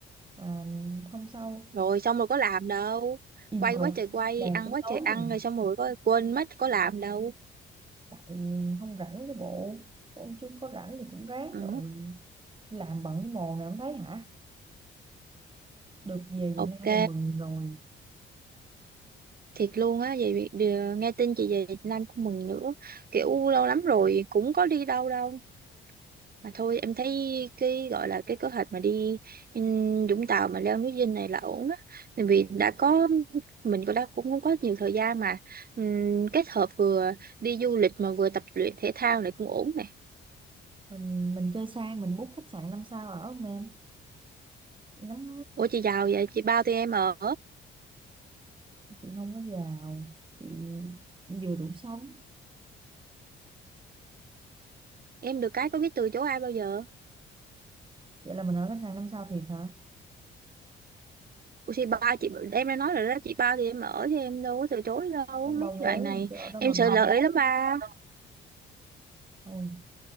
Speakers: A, on the right; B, on the right.
A: mà hôm sau
B: rồi xong rồi có làm đâu
A: im
B: quay
A: coi
B: quá trời quay
A: đang
B: ăn
A: tính
B: quá
A: tối
B: trời ăn
A: giùm
B: rồi
A: nè.
B: xong rồi có quên mất có làm đâu
A: tại không rảnh chứ bộ cũng chứ có rảnh thì cũng ráng
B: ừ.
A: rồi đi làm bận cái mồ này không thấy hả được về
B: ok
A: Việt Nam là mừng rồi
B: thiệt luôn á vậy bị- đì- nghe tin chị về Việt Nam cũng mừng nữa kiểu lâu lắm rồi cũng có đi đâu đâu mà thôi em thấy cái gọi là cái kế hoạch mà đi ừm, Vũng Tàu mà leo núi Dinh này là ổn á tại vì đã có mình cũng đã cũng không có nhiều thời gian mà Ừm, kết hợp vừa đi du lịch mà vừa tập luyện thể thao này cũng ổn nè
A: mình mình chơi sang mình book khách sạn năm sao ở không em ngắm
B: ủa chị giàu vậy chị bao tụi em ở
A: chị không có giàu chị vừa đủ sống
B: em được cái có biết từ chối ai bao giờ
A: vậy là mình ở khách sạn năm sao thiệt hả
B: Ủa thì ba chị em đã nói rồi đó chị ba thì em ở thì em đâu có từ chối đâu
A: không bao
B: mấy cái
A: bố
B: đoạn này
A: rồi chứ ở đó
B: em
A: mà bao
B: sợ lỡ ý lắm ba
A: thôi